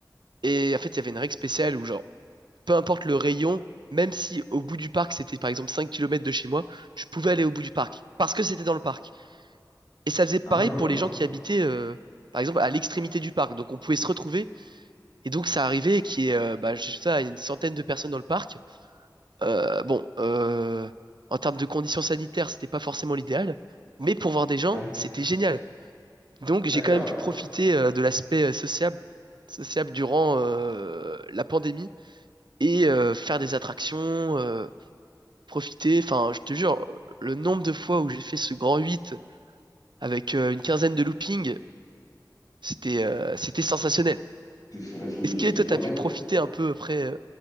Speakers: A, on the right; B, on the left.
A: et en fait, il y avait une règle spéciale où, genre, peu importe le rayon, même si au bout du parc, c'était par exemple 5 kilomètres de chez moi, je pouvais aller au bout du parc parce que c'était dans le parc. Et ça faisait pareil
B: Ah,
A: pour les gens qui habitaient, euh, par exemple, à l'extrémité du parc. Donc, on pouvait se retrouver. Et donc, ça arrivait qu'il y ait, euh, bah, je sais pas, une centaine de personnes dans le parc. Euh, bon, euh, en termes de conditions sanitaires, c'était pas forcément l'idéal. Mais pour voir des gens,
B: ouais,
A: c'était génial. Donc j'ai
B: d'accord.
A: quand même pu profiter euh, de l'aspect euh, sociable, sociable durant euh, la pandémie et euh, faire des attractions, euh, profiter. Enfin, je te jure, le nombre de fois où j'ai fait ce grand 8 avec euh, une quinzaine de loopings, c'était euh, c'était sensationnel.
B: C'est fo- la folie,
A: Est-ce
B: ok.
A: que toi,
B: Donc,
A: t'as
B: en
A: pu
B: fait,
A: profiter un peu après euh,